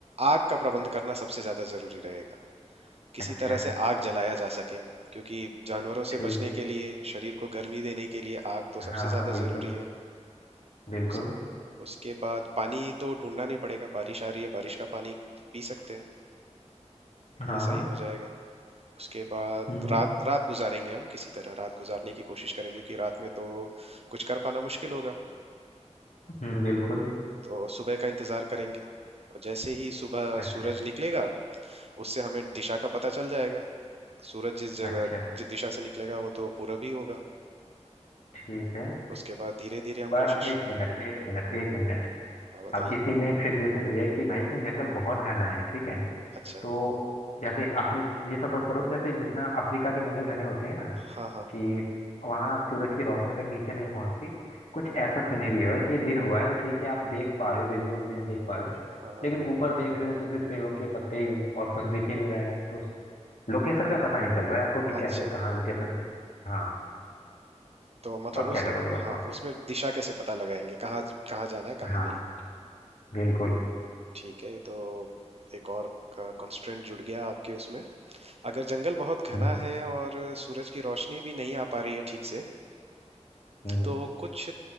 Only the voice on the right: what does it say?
आग का प्रबंध करना सबसे ज्यादा जरूरी रहेगा किसी
तरह से आग जलाया जा सके क्योंकि जानवरों
से बचने
के लिए शरीर को गर्मी देने के लिए आग तो सबसे
ज्यादा
जरूरी है
उस उसके बाद पानी तो ढूंढना नहीं पड़ेगा बारिश आ रही है बारिश का पानी पी सकते हैं
ये सही
हो जाएगा उसके बाद
रात रात गुजारेंगे हम किसी तरह रात गुजारने की कोशिश करेंगे क्योंकि रात में तो कुछ कर पाना मुश्किल होगा
तो सुबह का इंतजार करेंगे और जैसे ही सुबह
सूरज निकलेगा उससे हमें दिशा का पता चल जाएगा सूरज जिस जगह
जिस दिशा से निकलेगा वो तो पूरब ही होगा
उसके बाद धीरे धीरे हम
कोशिश
हाँ बताइए
अच्छा
हाँ हाँ
हाँ
हाँ हाँ
अच्छा
तो मतलब
उस
हाँ
उसमें दिशा कैसे पता लगाएंगे कहाँ कहाँ जाना है कहाँ
नहीं
ठीक है तो एक और कंस्ट्रेंट जुड़ गया आपके उसमें अगर जंगल बहुत घना
है और सूरज की रोशनी भी नहीं आ पा रही है ठीक से
तो कुछ